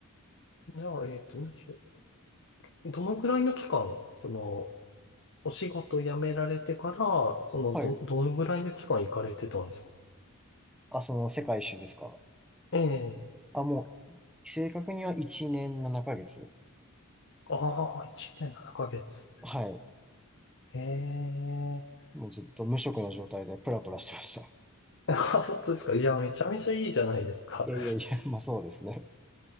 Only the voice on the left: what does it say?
じゃあ、えっと、20、どのぐらいの期間、その、お仕事辞められてから、その、
ど、どのぐらいの期間行かれてたんですか
ええ。
ああ、1年7ヶ月。
ええ。
<laughs> あ本当ですかいや、めちゃめちゃいいじゃないですか。